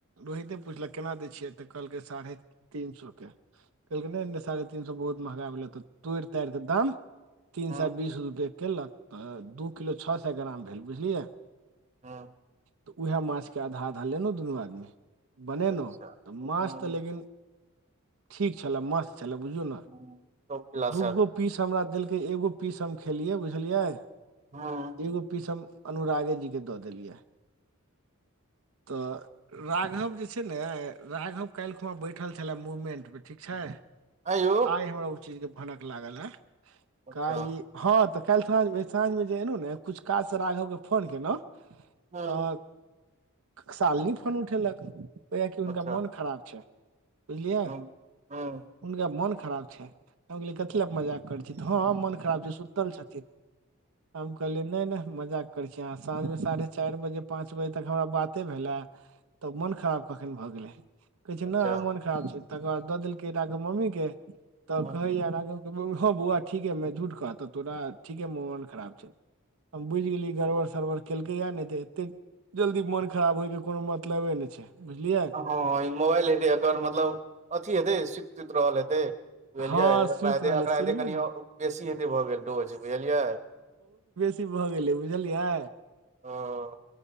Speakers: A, on the right; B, on the right.
A: रोहिते पुछलक केना दै छियै, तऽ कहलकै साढ़े तीन सए के। कहलकै नहि, -नहि साढ़े तीन सौ बहुत महँगा भेलै, तऽ तोड़ि तारिकऽ दाम तीन
B: हूँ
A: सौ बीस रुपए केलक तऽ, दू किलो छओ सौ ग्राम भेल, बुझलियै।
B: हुं।
A: तऽ उएह माछके आधा -आधा लेलहुँ दुनू आदमी, बनेलहुँ
B: अच्छा
A: तऽ माछ
B: हूँ
A: तऽ लेकिन ठीक छल, मस्त छल, बुझु ने
B: हूँ सब क्लास
A: दुगो पीस हमरा देलकै, एगो पीस हम खेलियै, बुझलियै।
B: हँ।
A: एगो पीस हम अनुरागे जी के द देलिये। तऽ राघव जे छै ने, राघव काल्हि खुमा बैठल छलय मूवमेंट पर ठीक छै।
B: आंयौ
A: आइ हमरा ओ चीज के भनक लागल हे,
B: अच्छा
A: काल्हि इ हँ तऽ काल्हि साँझ में साँझ मे जे एलहु ने, किछ काज से राघव के फोन केलहुँ।
B: हूँ
A: तऽ सालनी फोन उठेलक, कहैये कि हुनका
B: अच्छा
A: मोन खराब छनि। बुझलियै,
B: हूँ हूँ
A: हुनका मोन खराब छनि। भऽ गेलै, कथि ले मजाक करै छी, हॅं मन खराब छै सुतल छथिन। हम कहलियै नहि- नहि मजाक करै छी अहाँ, साँझ मे साढ़े चारि बजे पाँच बजे तक हमरा बाते भेल हें, तऽ मोन खराब कखन भऽ गेले, कहै छै
B: अच्छा
A: नहि मोन खराब छै, तकर बाद द देलकै राघव मम्मी के, तऽ
B: हूँ
A: कहेये राघव हँ बौआ ठीकेमे झूठ कहतऽ तोरा, ठीकेमे मोन खराब छै। हम बुझि गेलियै, गड़बड़ -सड़बड़ केलकै या नहि तऽ एतेक जल्दी मोन खराब होइके कोनो मतलबे नहि छै, बुझलियै।
B: हँ मोबाइल हेतै एकर, मतलब अथी हेतै, सुति -सुति रहल हेतै। बुझलियै
A: हँ सुति
B: एकरा हेतै,
A: रहलै
B: एकरा
A: सुनियौ
B: हेतै कनि
A: ने
B: बेसी हेतै भऽ गेल डोज, बुझलियै।
A: अथी भऽ गेलै बुझलियै।
B: हॅं।